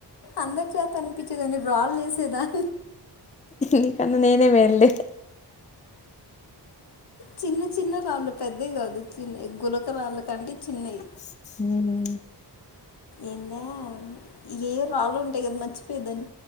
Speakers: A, on the left (about 65°); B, on the left (about 15°).
A: అందరి చేతని పిచ్చేదాని రాళ్ళు వేసేదాన్ని
B: నీ కన్నా నేనే మేలులే
A: చిన్న చిన్న రాళ్ళు పెద్దవి కాదు చిన్న గులక రాళ్ళ కంటే చిన్నవి
B: ఉహు
A: ఏందే ఏ రాళ్ళు ఉంటాయి కదా మర్చిపోయేదాన్ని